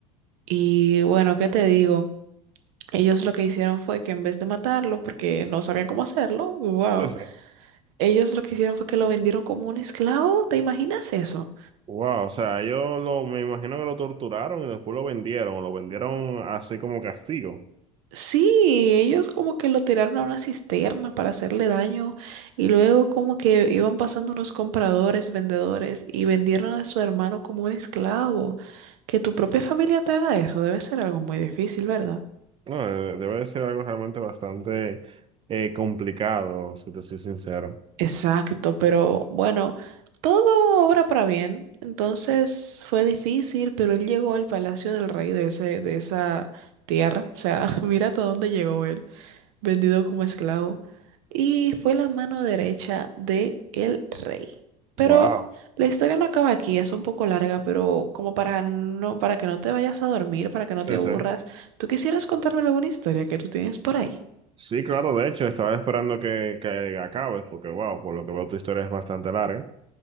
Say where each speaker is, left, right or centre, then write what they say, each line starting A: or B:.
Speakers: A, on the right; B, on the right.
A: Y bueno, ¿qué te digo? Ellos lo que hicieron fue que en vez de matarlo, porque no sabían cómo hacerlo, wow,
B: Sí, sí.
A: ellos lo que hicieron fue que lo vendieron como un esclavo, ¿te imaginas eso?
B: Wow, o sea, ellos lo, me imagino que lo torturaron y después lo vendieron, o lo vendieron así como castigo.
A: Sí, ellos como que lo tiraron a una cisterna para hacerle daño y luego como que iban pasando unos compradores, vendedores y vendieron a su hermano como un esclavo. Que tu propia familia te haga eso debe ser algo muy difícil, ¿verdad?
B: No, eh, debe de ser algo realmente bastante eh, complicado, si te soy sincero.
A: Exacto, pero bueno, todo obra para bien. Entonces fue difícil, pero él llegó al palacio del rey de ese, de esa tierra. O sea, <laughs> mira hasta dónde llegó él. vendido como esclavo, y fue la mano derecha de el rey. Pero
B: Wow,
A: la historia no acaba aquí, es un poco larga, pero como para no, para que no te vayas a dormir, para que no
B: sí,
A: te aburras,
B: sí.
A: ¿tú quisieras contarme alguna historia que tú tienes por ahí?
B: Sí, claro, de hecho, estaba esperando que, que acabes, porque wow, por lo que veo tu historia es bastante larga.